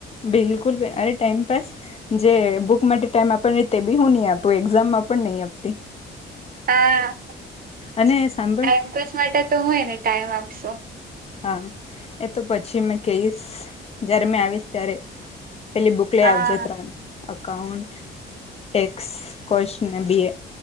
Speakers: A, on the left; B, on the right.
A: બિલકુલ અરે ટાઈમપાસ જે બુક માટે ટાઈમ આપવા તે બી હું નહી આપું એક્ઝામ આપ પણ નહી આપતી
B: હા
A: અને સાંભળ
B: ટાઈમપાસ માટે તો હોયને ટાઈમ આપશું
A: હા એ તો પછી મેં કહીશ જય્યારે મેં આવીશ ત્યારે પેલી બુક લઈ
B: હા
A: આવજે ત્રણ અઉન્ટ, ટેક્સ, કોસ્ટ ને બીએ